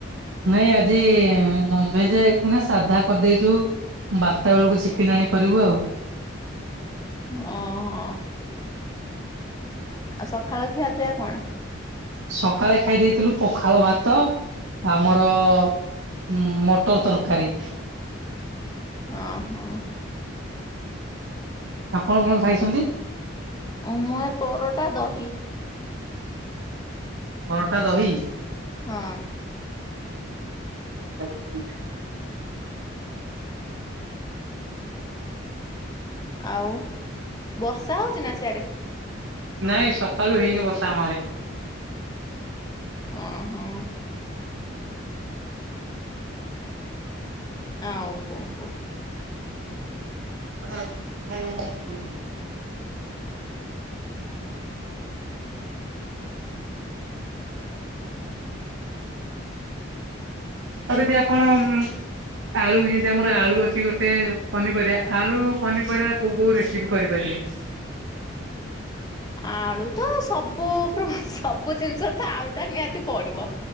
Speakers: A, on the right (about 75°); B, on the left (about 20°).
A: ନାଇଁ ଆଜି ନନଭେଜେ ଏଇନା ସାଧା କରିଦେଇଛୁ। ବାର୍ତ୍ତା ବେଳକୁ ଚିକେନ୍ ଆଣି କରିବୁ ଆଉ।
B: ଓ ହୋ। ଆଉ ସଖାଳ ଖିଆ ପିଆ କଣ?
A: ସକାଳେ ଖାଇ ଦେଇଥିଲୁ ପଖାଳ ଭାତ ଆମର ଉଁ ମଟର ତରକାରୀ।
B: ଅଁ ହଁ।
A: ଆପଣ କଣ ଖାଇଛନ୍ତି।
B: ମୁଁ ଏ ପରଟା ଦହି।
A: ପରଟା ଦହି?
B: ହଁ।
A: <unintelligible>
B: ଆଉ ବର୍ଷା ହଉଛି ନା ସିଆଡେ?
A: ନାଇଁ ସକାଳୁ ହେଇନି ବର୍ଷା ଆମ ଆଡେ।
B: ଓ ହୋ। ଆଉ କଣ କୁହ?
A: <unintelligible> କରି ଦି ଆପଣ ଉଁ। ଆଳୁ ଯେମିତି ଆମର ଆଳୁ ଅଛି ଗୋଟେ ପନିପରିବା ଆଳୁ ପନିପରିବା କୋଉ କୋଉ ରେସିପି କରିପାରିବେ?
B: ଆଳୁ ତ ସବୁ ପ୍ର ସବୁ ଜିନିଷରେ ତ ଆଳୁ ଟା ନିହାତି ପଡିବ।